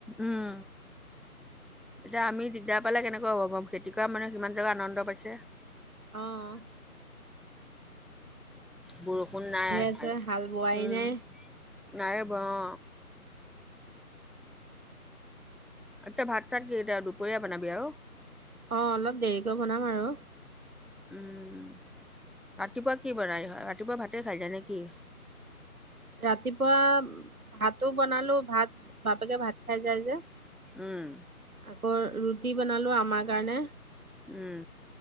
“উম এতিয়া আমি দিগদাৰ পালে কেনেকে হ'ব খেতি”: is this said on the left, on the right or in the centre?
Centre